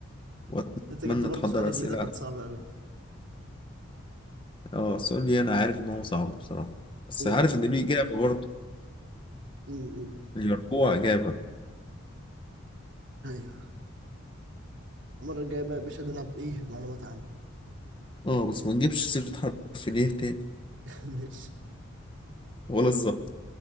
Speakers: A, on the left; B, on the right.
A: وأتمنى
B: انت جبت برضه
A: تحضر
B: سؤال اللي
A: أسئلة
B: إيه ده كان
A: أحسن
B: صعب قوي
A: أه السؤال ليه أنا عارف إن هو صعب بصراحة بس
B: مم.
A: عارف إن ليه إجابة برضه
B: مم.
A: اليربوع إجابة
B: ايوه المرة الجاية بقى يا باشا نلعب ايه معلومات عامة
A: أه بس ما نجيبش سيرة حرف ليه تاني
B: <laughs> ماشي
A: ولا الظهر